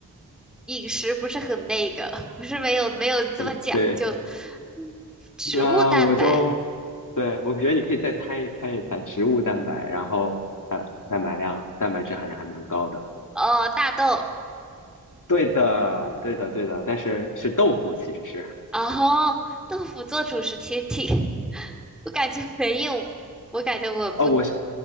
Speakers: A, in the centre; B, on the left.
A: 饮食不是很那个，不是没有没有这么讲究。
B: 对，
A: 嗯植物蛋白，
B: 那我就，对，我觉得你可以再猜一猜一猜植物蛋白，然后呃，蛋白量、蛋白质含量还蛮高的。
A: 呃，大豆。
B: 对的，对的，对的，但是是豆腐，其实是
A: 哦，豆腐做主食其实挺，<laughs> 我感觉没有，我感觉我不，
B: 哦，我是